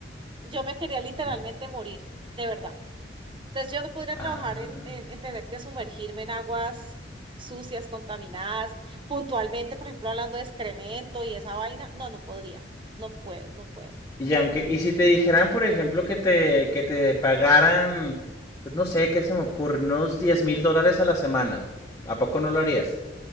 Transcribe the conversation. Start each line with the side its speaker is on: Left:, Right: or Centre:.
Right: Yo me quería literalmente
Left: Di-
Right: morir, de verdad. Entonces yo no podría
Left: Ah.
Right: trabajar en, en, en tener que sumergirme en aguas sucias, contaminadas, puntualmente, por ejemplo, hablando de excremento y esa vaina, no, no podría, no puedo, no puedo.
Left: Y aunque, y si te dijeran, por ejemplo, que te, que te pagaran, pues no sé, qué se me ocurre, unos diez mil dólares a la semana, ¿a poco no lo harías?